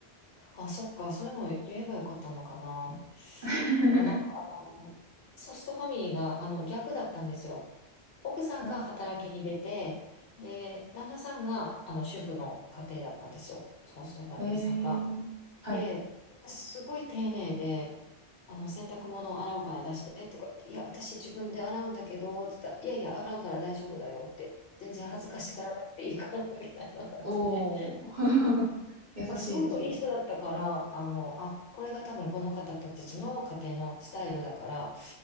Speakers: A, on the left; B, on the right.
A: あ、そっか。それも言えばよかったのかな。
B: <laughs>
A: でもなんかあの、ソストファミリーがあの逆だったんですよ。奥さんが働きに出て、
B: あ
A: で、旦那さんがあの主婦の家庭だったんですよ。ソーストファミリーさんが。
B: えー、はい。
A: で、すごい丁寧で、あの、洗濯物を洗うから出してとか言って、いや、私自分で洗うんだけど、って言ったら、いやいや、洗うから大丈夫だよって、全然恥ずかしがらなくていいから、みたいな感じで。
B: おー、<laughs> 優しいですね。
A: すごくいい人だったから、あの、あ、これが多分この方たちの家庭のスタイルだから、